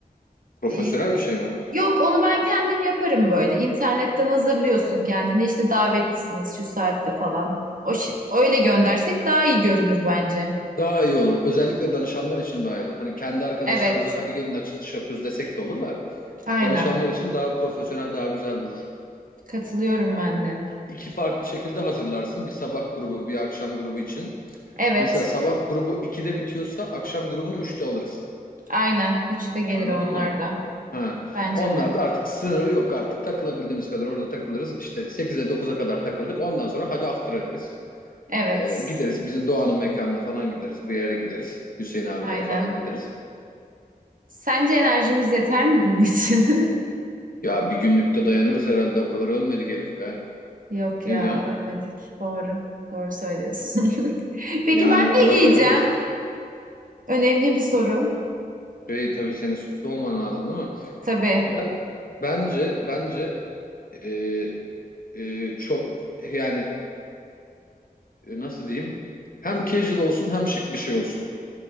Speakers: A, on the left; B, on the right.
A: profesyonel
B: Ee,
A: bir şey mi?
B: yok onu ben kendim yaparım böyle. İnternetten hazırlıyorsun kendine. İşte davetlisiniz şu saatte falan. O şi- öyle göndersek daha iyi görünür bence.
A: Daha iyi olur. Özellikle danışanlar için daha iyi olur. Hani kendi arkadaşlarımıza
B: Evet,
A: hadi gelin açılış yapıyoruz desek de olur da
B: aynen.
A: danışanlar için daha profesyonel, daha güzel durur.
B: Katılıyorum ben de.
A: İki farklı şekilde hazırlarsın. Bir sabah grubu, bir akşam grubu için.
B: Evet,
A: Mesela sabah grubu 2'de bitiyorsa akşam grubunu üçte alırız.
B: aynen. Üçte gelir
A: Anladın
B: onlar
A: mı?
B: da.
A: Ha.
B: Bence
A: Onlar
B: de.
A: da artık sınırı yok artık. Takılabildiğimiz kadar orada takılırız. İşte 8'e dokuza kadar takıldık. Ondan sonra hadi after ederiz.
B: Evet,
A: Ee, gideriz bizim Doğan'ın mekanına falan gideriz. Bir yere gideriz. Hüseyin abilere
B: aynen.
A: falan gideriz.
B: Sence enerjimiz yeter mi bunun için? <laughs>
A: Ya bir günlükte dayanırız herhalde. O kadar ölmedik Elif be.
B: Yok ya,
A: Ne diyorsun?
B: ölmedik. Doğru. Doğru söylüyorsun. <laughs> Peki
A: Yani
B: ben
A: o
B: ne
A: kadar
B: giyeceğim?
A: dayanırız.
B: Önemli bir soru.
A: Şey tabii senin suçlu olman lazım değil mi?
B: Tabii.
A: Ben bence bence e, e, çok yani e, nasıl diyeyim? Hem casual olsun hem şık bir şey olsun.